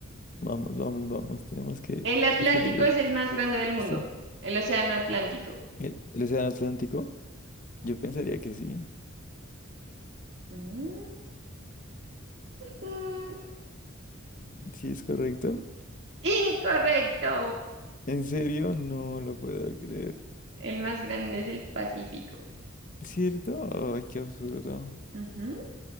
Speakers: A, on the left (about 40°); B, on the right (about 60°).
A: Vamos, vamos, vamos. Tenemos que
B: El Atlántico
A: definir e-
B: es el más grande del mundo.
A: esto.
B: El océano Atlántico.
A: ¿El, el océano Atlántico? Yo pensaría que sí.
B: Mm, mm,
A: ¿Sí es correcto?
B: Incorrecto.
A: ¿En serio? No lo puedo creer.
B: El más grande es el Pacífico.
A: ¿Cierto? Ay, qué absurdo.
B: Ujú.